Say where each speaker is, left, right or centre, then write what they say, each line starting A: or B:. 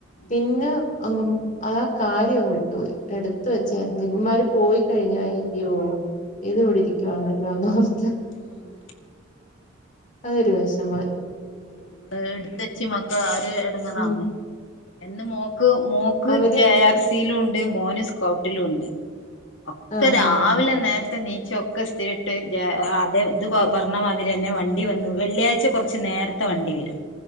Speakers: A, on the left; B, on the left.
A: ഉം
B: പിന്നെ അങ്ങ് അതാ കാര്യം അങ്ങ് വിട്ടുപോയി എടുത്ത വെച്ചായിരുന്നു ഇവമാര് പോയി കഴിഞ്ഞ അയ്യോ ഇത് ഇവിടെ ഇരിക്കുവായാണല്ലോ എന്നോർത്തേ
A: ഉം
B: അതൊരു വിഷ- മായി
A: നമ്മള് എടുത്ത വച്ചി മക്കെ ഒരുഎടങ്ങേറാണ്
B: ഉം
A: എന്ന് മോ ക്ക് മോക്ക്
B: അവര്
A: ജെ ആർ സയിലുമുണ്ട് മോന് സ്കൗട്ടിലുമുണ്ട് ഒക്കെ
B: ആഹ്
A: രാവിലെ
B: ആഹ്
A: നേരത്തെ ണിക്ക ച്ചൊക്കെ ഇസ്തിരിയിട്ട് ഇത് പറഞ്ഞ മാതിരി തന്നെ വണ്ടി വന്നു വെള്ളിയാഴ് കൊറച്ച് കുറച്ച് നേരത്തെ വണ്ടി വരും